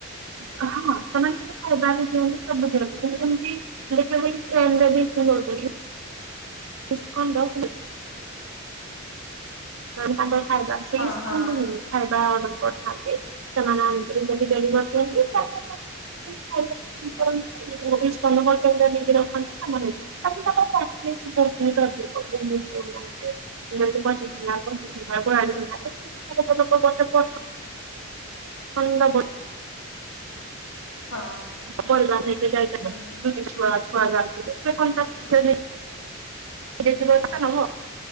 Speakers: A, on the right (about 65°); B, on the left (about 75°).
A: ହଁ ସେମାନେ କିନ୍ତୁ ଖାଇବା ବି ଦିଅନ୍ତୁ ସବୁ ଦିଅନ୍ତୁ କିନ୍ତୁ ଏମିତି ସେଠେଇ ଟ୍ରେନରେ ବି ଇପି ଦଉଚନ୍ତି। <unintelligible> ତାଙ୍କର ଖାଇବା ସେଇ
B: ହଁ
A: ସ୍କୁଲରୁ
B: ହଁ।
A: ମିଳେ। ଖାଇବା ଅର୍ଡର କରିଥାନ୍ତି। ସେମାନେ ଆଣିକିରି ଯଦି ଡେଲି କରିଦିଅନ୍ତି। <unintelligible> <unintelligible> <unintelligible> <unintelligible>
B: ହଁ
A: ପରିବାର ହେଇକି ଯାଇଥିଲେ,
B: ହଁ
A: ଯଦି ଛୁଆ ଛୁଆ ଗାଥିଲେ ସେ କହି <unintelligible>